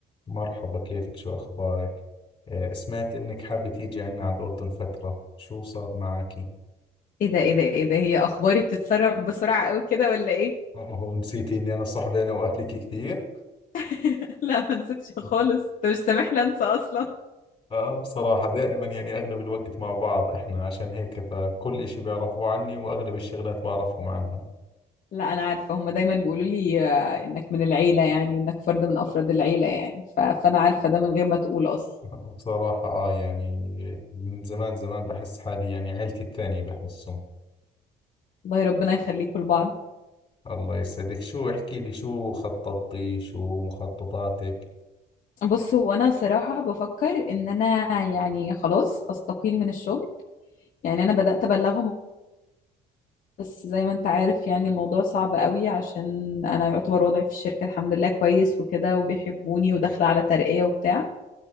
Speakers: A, on the left; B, on the left.
A: مرحبا كيفك شو أخبارك؟ آه، سمعت إنك حابة تيجي عنا على الأردن فترة شو صار معاكي؟
B: ايه ده ايه ده ايه ده هي اخباري بتتسرب بسرعة قوي كده ولا ايه
A: آه، هو نسيتي إني أنا صاحبي أنا وأهلك كثير؟
B: <laughs> لا ما نسيتش خالص انت مش سامح لي انسى اصلا
A: آه بصراحة دائما يعني أغلب الوقت مع بعض إحنا عشان هيك فكل إشي بيعرفوه عني وأغلب الشغلات بعرفهم عنها
B: لا انا عارفة هما دايما بيقولوا لي آه، انك من العيلة يعني وانك فرد من افراد العيلة يعني ف... فانا عارفة ده من غير ما تقول اصلا
A: <laughs> بصراحة آه يعني من زمان زمان بحس حالي يعني عيلتي الثانية بحسهم
B: الله ربنا يخليكم لبعض
A: الله يسعدك شو احكي لي شو خططتي شو مخططاتك؟
B: بص هو انا صراحة بفكر ان انا يعني خلاص استقيل من الشغل يعني انا بدأت ابلغهم بس زي ما انت عارف يعني الموضوع صعب قوي عشان انا يعتبر وضعي في الشركة الحمد لله كويس وكده وبيحبوني وداخلة على ترقية وبتاع